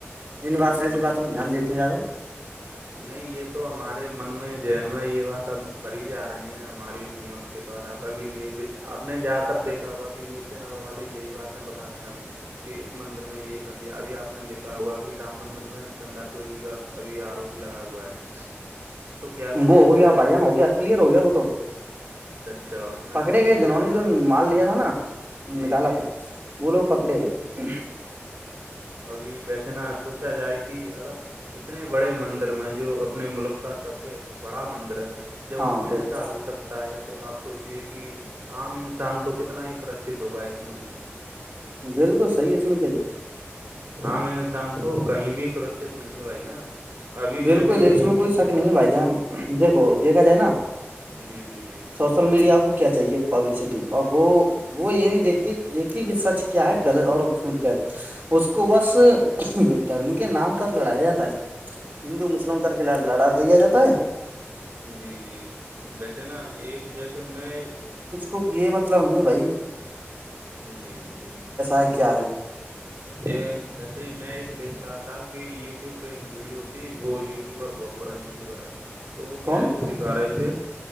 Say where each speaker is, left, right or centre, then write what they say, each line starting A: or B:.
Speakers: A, on the right; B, on the right.
A: ان بات پ
B: جی
A: ایسی بات پر دھیان دیتے ہیں زیادہ
B: نہیں یہ تو ہمارے من میں ذن میں یہ بات اب بڑ ہی جا رہی ہیں ہماری حکومت کے دوارا کبھی نیوز آپ نے جیادہ تر دیکا ہوا کہ نیوز چینل والے یہی باتیں بتاتے ہیں ہمیں کہ اس مندر میں یہ کر دیا ابھی آپ نے دیکھا ہوا کہ رام مندر میں چندا چوری کا کبھی آروپ لگا ہوا ہے تو کیا
A: وہ ہو گیا
B: کیا ہے
A: بھائی جان ہو گیا کلیئر ہو گیا وہ تو
B: اچھا اس میں
A: پکڑے
B: میں
A: گئے جنہوں
B: زیادہ
A: نے جو مال لیا تھا نا
B: جی
A: نکالا
B: جی
A: تھا وہ لوگ پکڑے
B: جی
A: گئے
B: ابھی ویسے نہا سوچا جائے کہ اگر کتنے بڑے مندر میں جو اپنے ملک کا سب سے بڑا مندر جب
A: ہاں
B: اس میں
A: بالکل
B: ایسا ہو سکتا ہے تو آپ سوچے کہ کہ عام انسان تو کتنا ہی سرکت ہوگا اس ملک میں
A: بالکل صحیح اس میں کیا کیا
B: عام انسان تو کہیں بھی سرکچت نہیں ہے بھائی جان ابھی
A: بالکل
B: میں نے ایک
A: اس میں
B: وہ
A: کوئی شک نہیں ہے بھائی جان دیکھو
B: جی
A: دیکھا جائے نا
B: جی جی جی
A: سوشل میڈیا کو کیا چاہیے پبلسٹی اور وہ وہ یہ نہیں دیکھتی دیکھتی کہ سچ کیا ہے غلط اور جھوٹ کیا ہے اس کو کو بس
B: جی
A: دھرم کے نام پر لڑایا جاتا ہے ہندو مسلم کر کے لڑا دےیا جاتا ہے
B: جی جی ویسے نا ایک جیسے میں
A: گ یہ مطلب نہیں ہے بائی
B: جی جی
A: ہے کیا ہے
B: یہ جیسے ہی میں ایک دیکھ رہا تھا کہ یوٹیوب پہ ایک ویڈیو ہوتیھی وہ یوٹیوبر بہت بڑا یوٹیوبر ہے تو وہ
A: کون
B: کیا ہے وہ دکھا رہے تھے